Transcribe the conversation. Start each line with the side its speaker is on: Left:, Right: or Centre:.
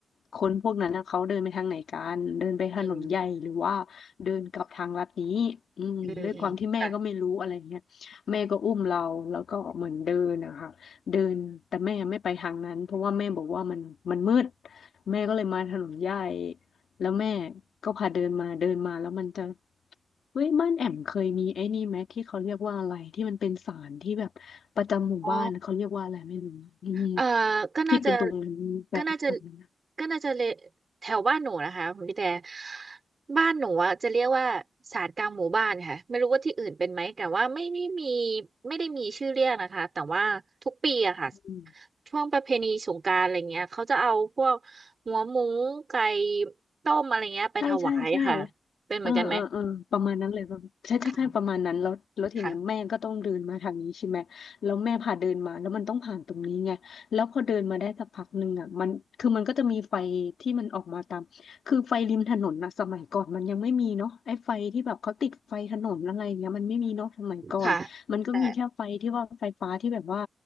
Left: คนพวกนั้นนะเขาเดินไปทางไหนกันเดินไปถนนใหญ่หรือว่า
Right: อืม
Left: เดินกลับทางลัดนี้อืมด้วยความที่แม่ก็ไม่รู้อะไรเงี้ย
Right: อืมอืมค่ะ
Left: แม่ก็อุ้มเราแล้วก็เหมือนเดินนะคะ เดินแต่แม่ไม่ไปทางนั้นเพราะว่าแม่บอกว่ามันมันมืดแม่ก็เลยมาถนนใหญ่แล้วแม่ก็พาเดินมาเดินมาแล้วมันจะเฮ้ยบ้านแอมเคยมีไอ้นี่ไหมที่เขาเรียกว่าอะไรที่มันเป็นศาลที่แบบประจำหมู่บ้านเขาเรียกว่าอะไรไม่รู้อืม
Right: อ๋อ เอ่อก็น่าจะ
Left: ที่เป็นตรงนั้นแบบแบบนั้น
Right: ก็น่าจะก็น่าจะเลแถวบ้านหนูนะคะคุณพี่แต่บ้านหนูอะจะเรียกว่าศาลกลางหมู่บ้านค่ะไม่รู้ว่าที่อื่นเป็นไหมแต่ว่าไม่ไม่มีไม่ได้มีชื่อเรียกนะคะแต่ว่าทุกปีอะค่ะ
Left: อืม
Right: ช่วงประเพณีสงกรานต์อะไรเงี้ยเขาจะเอาพวกหัวหมูไก่ต้มอะไรเงี้ยไปถวายค่ะ
Left: ใช่ใช่ใช่
Right: เป็นเหมือนกันไหม
Left: เออเออเออประมาณนั้นเลยป่ะใช่ใช่ใช่ประมาณนั้นแล้วแล้วทีเนี้ยแม่ก็ต้องเดินมาทางนี้ใช่ไหมแล้วแม่พาเดินมาแล้วมันต้องผ่านตรงนี้ไงแล้วพอเดินมาได้สักพักหนึ่งอ่ะมันคือมันก็จะมีไฟที่มันออกมาตามคือไฟริมถนนนะสมัยก่อนมันยังไม่มีเนาะไอ้ไฟที่แบบเขาติดไฟถนนอะไรเงี้ยมันไม่มีเนาะสมัยก่อนมันก็มีแค่ไฟที่ว่าไฟฟ้าที่แบบว่า
Right: ค่ะค่ะค่ะแต่